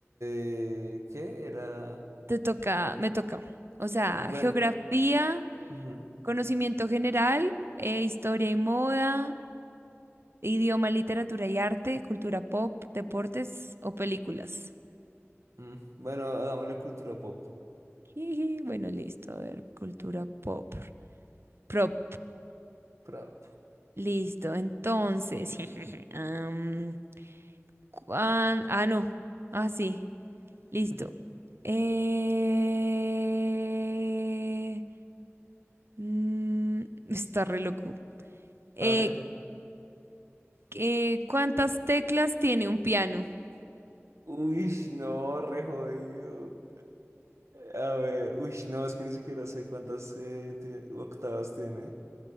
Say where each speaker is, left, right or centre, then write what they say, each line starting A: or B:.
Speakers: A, on the right; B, on the right.
A: eh, ¿qué era?
B: Te toca, me toca. O sea,
A: Bueno,
B: geografía,
A: ujú,
B: conocimiento general, eh, historia y moda, idioma, literatura y arte, cultura pop, deportes o películas.
A: mm, bueno, hagámosle cultura pop.
B: <laughs> Jiji, Bueno, listo, a ver, cultura pop. Prop,
A: Prop.
B: listo, entonces. <laughs> am, cuán- ah, no, ah, sí, listo.
A: <laughs>
B: Eh, mm, está re loco. Eh,
A: A ver.
B: eh, ¿cuántas teclas tiene un piano?
A: Uy, no, re jodido. A ver, uy, no, es que ni siquiera sé cuántas eh, tie- octavas tiene.